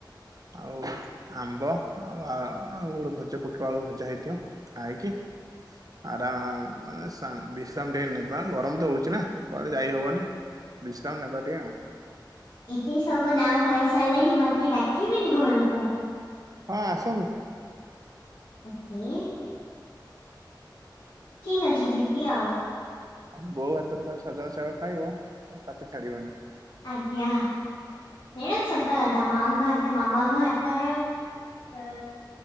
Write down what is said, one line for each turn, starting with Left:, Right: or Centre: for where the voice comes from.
Right: ଆଉ ଆମ୍ବ ଆଉ ଆଉ ଗୋଟେ ଭଜା ପୋଟଳ ଆଳୁ ଭଜା ହେଇଥିବ। ଆଇ କି ଆରାମ ମାନେ ବିଶ୍ରାମ ଟିକେ ନବା ଗରମ ତ ହଉଚ ନା କୁଆଡେ ଯାଇ ହବନି। ବିସ୍ରାମ ନେବା ଟିକିଏ ଆଉ।
Left: ଏତେ ସବୁ ନା କହି ସାରିଲେଣି ମତେ ଡାକିବେନି ଘରକୁ?
Right: ହଁ ଆସନ୍ତୁ।
Left: କିଏ? ଠିକ୍ ଅଛି ଯି ବି ଆଉ।
Right: ଆମ ବୋଉ ହାତରୁ ଥରେ ସଜନା ସାଗ ଖାଇବ ଆଉ ପାଟିରୁ ଛାଡିବନି।
Left: ଆଜ୍ଞା। ଏଁ ସତ କଥା ମାଙ୍କ ହାତରୁ ମାମାଙ୍କ ହାତୁରୁ ଏ।